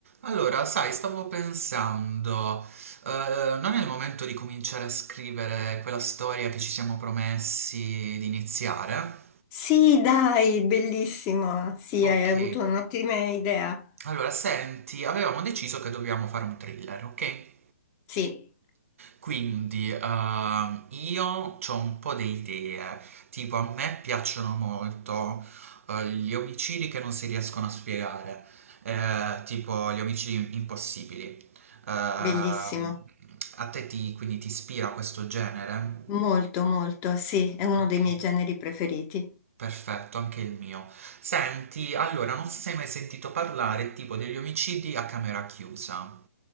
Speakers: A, on the right; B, on the left.
A: Allora, sai, stavo pensando, eh, non è il momento di cominciare a scrivere quella storia che ci siamo promessi di iniziare?
B: Sì, dai, bellissimo. Sì,
A: Ok,
B: hai avuto un'ottima idea.
A: allora senti, avevamo deciso che dobbiamo fare un thriller, ok?
B: Sì,
A: Quindi, ehm, io ho un po' di idee, tipo a me piacciono molto eh, gli omicidi che non si riescono a spiegare, eh, tipo gli omicidi impossibili. Ehm,
B: bellissimo.
A: a te ti, quindi ti ispira questo genere?
B: Molto, molto. Sì, è uno
A: Ok,
B: dei miei generi preferiti.
A: perfetto, anche il mio. Senti, allora, non so se hai mai sentito parlare tipo degli omicidi a camera chiusa.